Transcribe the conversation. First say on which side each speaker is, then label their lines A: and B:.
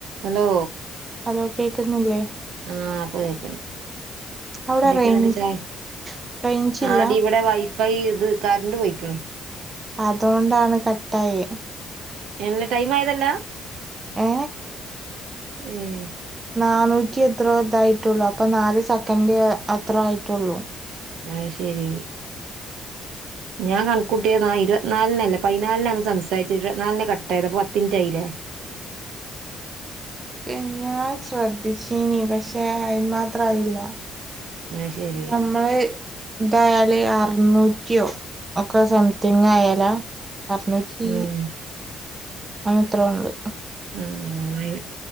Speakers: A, on the right (about 85°); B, on the right (about 25°).
A: Hello
B: hello കേക്ക്ന്നില്ലേ
A: ആഹ് ഇപ്പൊ കേക്ണ്ട്
B: അവിടെ
A: എന്തൊക്കെന്നിട്ട്
B: റേഞ്ച്
A: ച്ചായ്
B: റേഞ്ചില്ല
A: ആടി ഇവിടെ വൈഫ ഫൈ ഇത് കർണ്ട് പൊയ്ക്ക്ന്ന്
B: അതോണ്ടാണ് കട്ടായെ
A: എന്ന് ടൈമായതല്ലാ
B: ഏ
A: ഏഹ്
B: നാനൂറ്റി എത്രോ ഇതായിട്ടൊള്ളു അപ്പൊ നാല് സെക്കൻഡ് അത്ര ആയിട്ടൊള്ളു
A: ആഹ് ശരീ ഞാൻ കൺകൂട്ട്യെ ഇരുപത്തി നാൽണല്ലെ പതിനാൽണ്ണം സംസാരിച്ചു ഇരുപത്ത്നാൽണെ കട്ടായത് അപ്പൊ പത്തിൻറ്റായിലെ
B: പിന്നാ ശ്രദ്ധിച്ചീന് പക്ഷെ അയിന് മാത്രയില്ലാ
A: അത് ശരി
B: ഈ ഞമ്മളെ ഇതായാല് അർനൂറ്റ്യോ ഒക്ക സംതിങ് ആയാല അർന്നൂറ്റീ
A: ഉം
B: അങ്ങ എത്രോ ഇണ്ട്
A: ഉം അയിന്